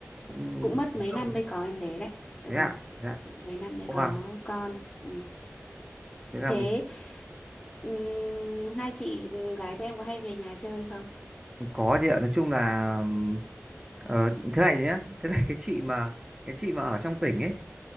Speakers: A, on the right; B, on the left.
A: cũng
B: cũng mất
A: cũng
B: mấy
A: lâu
B: năm
A: đấy.
B: mới có em bé đấy ừ
A: Thế ạ. Dạ.
B: mất mấy năm mới
A: Wow,
B: có con ừ.
A: thế là
B: thế ừm, hai chị gái của em có hay về nhà chơi không
A: có chị ạ. Nói chung là ừm, ờ, thế này nhá, thế này cái chị mà cái chị mà ở trong tỉnh ấy